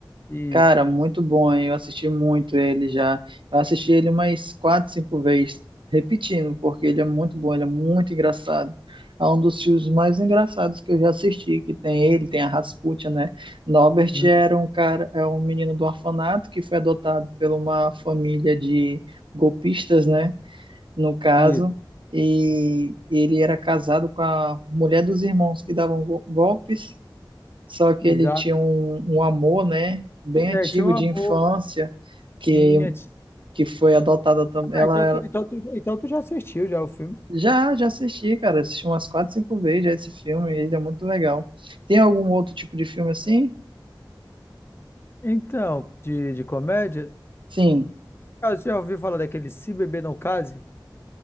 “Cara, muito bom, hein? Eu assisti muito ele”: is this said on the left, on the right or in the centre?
Right